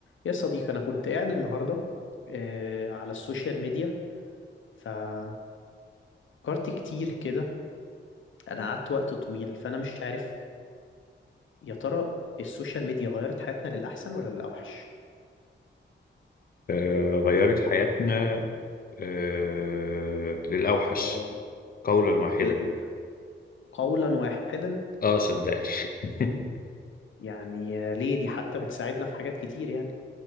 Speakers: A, on the left (about 80°); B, on the left (about 50°).
A: يا صديقي أنا كنت قاعد النهاردة آه، على السوشيال ميديا ففكرت كتير كده أنا قعدت وقت طويل فأنا مش عارف يا ترى السوشيال ميديا غيرت حياتنا للأحسن ولا للأوحش؟
B: آه، غيرت حياتنا آه، للأوحش
A: آه
B: قولا واحدا
A: ال- قولا واحدا
B: اه صدقني <laughs>
A: يعني آه، ليه دي حتى بتساعدنا في حاجات كتير يعني